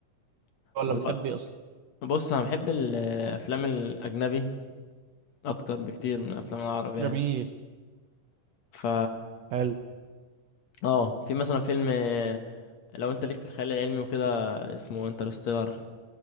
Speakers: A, on the right; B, on the left.
A: ولا
B: والله
A: بتحب ايه اصلا
B: بص انا بحب الافلام الاجنبي اكتر بكتير من الافلام العربي يعني
A: جميل
B: ف
A: حلو
B: اه في مثلا فيلم آه، لو انت ليك في الخيال العلمي وكده اسمه انترستيلر